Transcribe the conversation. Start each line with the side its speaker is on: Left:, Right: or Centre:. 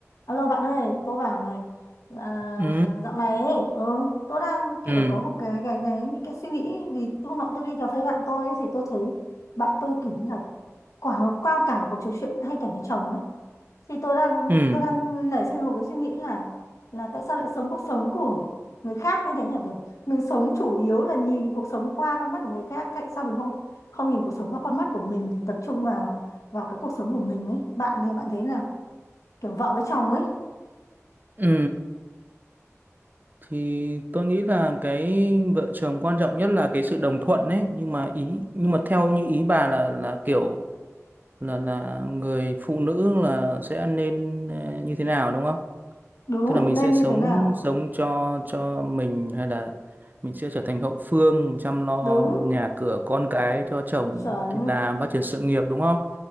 Left: Alo bạn ơi, tôi bảo này, à,
Right: ừ
Left: dạo này ấy, ừ, tôi đang kiểu
Right: ừ
Left: có một cái cái cái những cái suy nghĩ vì hôm nọ tôi đi cà phê bạn tôi ấy, thì tôi thấy bạn tôi kiểu như là quả qua cả một cuộc trò chuyện hay cả với chồng ấy thì tôi đang
Right: ừ
Left: tôi đang nảy sinh ra một cái suy nghĩ là là tại sao lại sống cuộc sống của người khác như thế nhỉ kiểu mình sống chủ yếu là nhìn cuộc sống qua con mắt của người khác tại sao mình không không nhìn cuộc sống qua con mắt của mình tập trung vào vào cái cuộc sống của mình ấy bạn thì bạn thấy nào kiểu vợ với chồng ấy
Right: ừ thì tôi nghĩ là cái vợ chồng quan trọng nhất là cái sự đồng thuận đấy. nhưng mà ý nhưng mà theo như ý bà là là kiểu là là người phụ nữ là sẽ nên ờ, như thế nào đúng không
Left: đúng
Right: tức là mình
Left: nên
Right: sẽ sống
Left: như thế nào
Right: sống cho cho mình hay là mình sẽ trở thành hậu phương chăm lo
Left: đúng
Right: nhà cửa con cái cho chồng
Left: chuẩn
Right: đi làm phát triển sự nghiệp đúng không